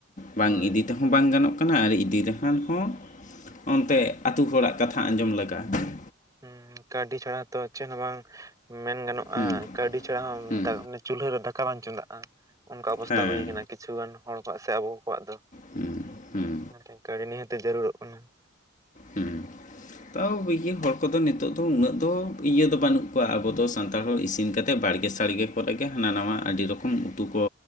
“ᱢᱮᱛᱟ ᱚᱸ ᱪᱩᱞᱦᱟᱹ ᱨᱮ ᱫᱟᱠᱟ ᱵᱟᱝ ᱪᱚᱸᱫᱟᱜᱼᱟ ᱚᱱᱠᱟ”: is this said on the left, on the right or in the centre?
Right